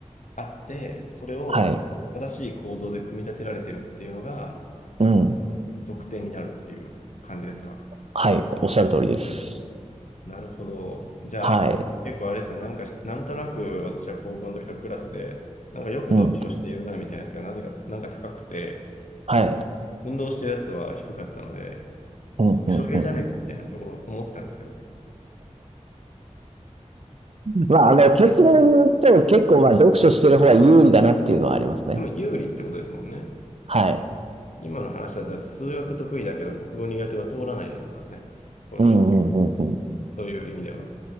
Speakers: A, on the left (about 75°); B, on the right (about 55°).
A: あって、それを正しい構造で組み立てられてるっていうのが
B: はい。うん。
A: 得点になるっていう感じですか
B: はい。おっしゃる通りです。
A: なるほど。じゃあ、
B: はい。
A: 結構あれですね、なんか、なんとなく私は高校の時とクラスで、なんかよく読書しているなみたいなやつがなぜか、
B: うん。
A: なんか高くて、
B: はい。
A: 運動してるやつは低かったので、
B: うん、
A: 副賞系じゃねえかみたいなところ思ってたんですけど、
B: うん、うん。まあ、あの、結論を言うと結構まあ読書してる方が有利だなっていうのはありますね。
A: でも有利ってことですもんね。
B: はい。
A: 今の話だと、だって数学得意だけど国語苦手は通らないですからね。こういう
B: うん、うん、うん、うん。
A: そういう意味では。